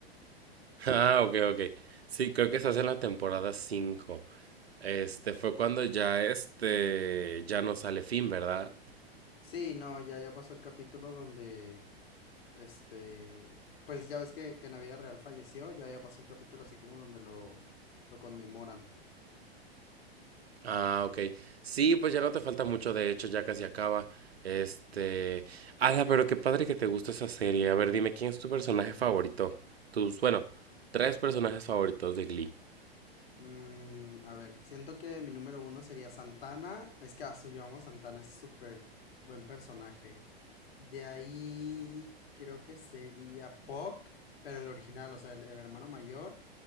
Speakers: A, on the right; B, on the left.
A: <laughs> Ah, ok, ok. Sí, creo que estás en la temporada 5. Este fue cuando ya este ya no sale Finn, ¿verdad?
B: Sí, no, ya, ya pasó el capítulo donde, este, pues ya ves que, que Navidad Real falleció, ya, ya pasó el capítulo así como donde lo, lo conmemoran.
A: Ah, ok. Sí, pues ya no te falta mucho, de hecho, ya casi acaba. Este, ala, pero qué padre que te gusta esa serie. A ver, dime quién es tu personaje favorito. Tus, bueno, tres personajes favoritos de Glee.
B: Mm, a ver, siento que mi número uno sería Santana, es que a su Santana es súper buen personaje. De ahí creo que sería Puck, pero el original, o sea, el, el hermano mayor.